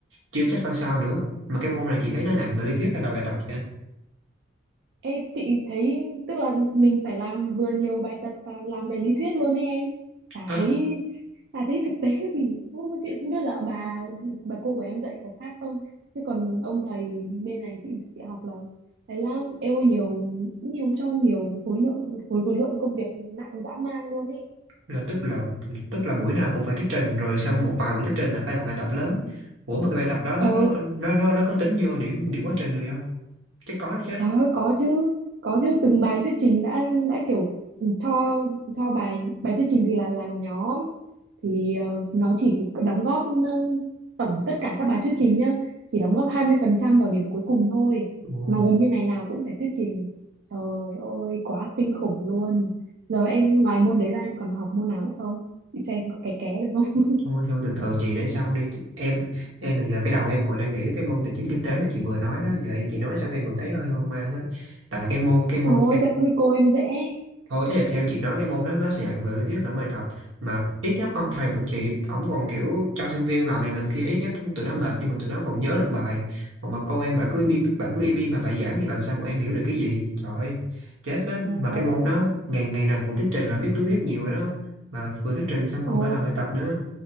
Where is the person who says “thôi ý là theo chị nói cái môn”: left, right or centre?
Right